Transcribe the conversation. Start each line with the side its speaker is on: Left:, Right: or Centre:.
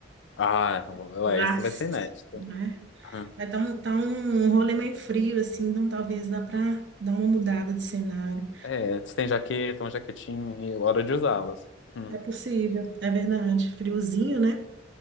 Left: Ah, ué,
Right: Clássico,
Left: esse vai ser inédito.
Right: né?
Left: Hum.
Right: Mas tá um, tá um rolê meio frio, assim, então talvez dá pra dar uma mudada de cenário.
Left: É, você tem jaqueta, uma jaquetinha, e hora de usá-las. Hum.
Right: É possível, é verdade. Friozinho, né?